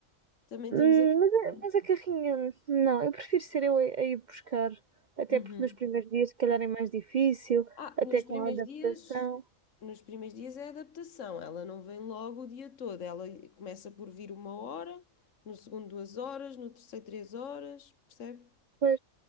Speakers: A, on the left (about 60°); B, on the right (about 65°).
A: Também
B: Hum,
A: temos a carrinha.
B: Mas, a- mas a carrinha, não, eu prefiro ser eu a, a ir buscar, até
A: Uhum.
B: porque nos primeiros dias, se calhar, é mais difícil,
A: Ah,
B: até
A: nos
B: com
A: primeiros
B: a adaptação,
A: dias, nos primeiros dias é adaptação. Ela não vem logo o dia todo. Ela começa por vir uma hora, no segundo duas horas, no terceiro três horas, percebe?
B: pois,